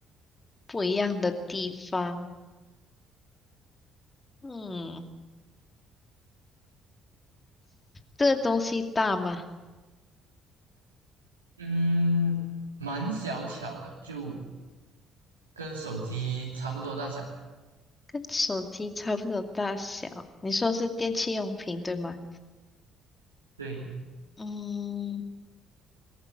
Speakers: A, on the left; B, on the right.
A: 不一样的地方。嗯。这个东西大吗？
B: 嗯，蛮小巧的，就跟手机差不多大小吧？
A: 跟手机差不多大小。你说是电器用品，对吗？
B: 对，
A: 嗯，